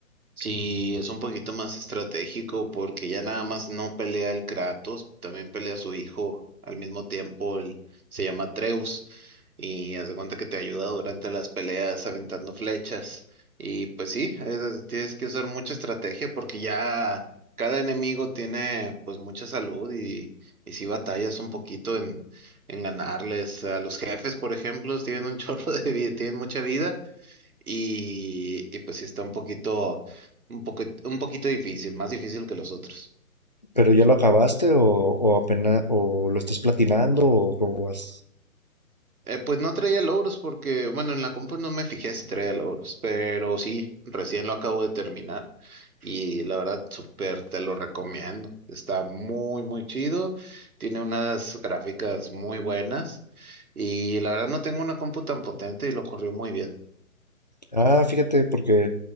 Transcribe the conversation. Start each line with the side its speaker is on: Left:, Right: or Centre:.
Right: sí, es un poquito más estratégico porque ya nada más no pelea el Kratos, también pelea a su hijo al mismo tiempo, el, se llama Atreus. y haz de cuenta que te ayuda durante las peleas aventando flechas. Y pues sí, es- tienes que usar mucha estrategia porque ya cada enemigo tiene pues mucha salud y, y si batallas un poquito en, en ganarles. A los jefes, por ejemplo, tienen un <laughs> chorro de vida, tienen mucha vida y, y pues sí está un poquito, un poco, un poquito difícil, más difícil que los otros.
Left: ¿Pero ya lo acabaste o, o apenas, o lo estás platinando o cómo vas?
Right: Eh, pues no traía logros porque, bueno, en la compu no me fijé si traía logros, pero sí, recién lo acabo de terminar y la verdad, súper te lo recomiendo. Está muy, muy chido, tiene unas gráficas muy buenas y la verdad no tengo una compu tan potente y lo corrió muy bien.
Left: Ah, fíjate, porque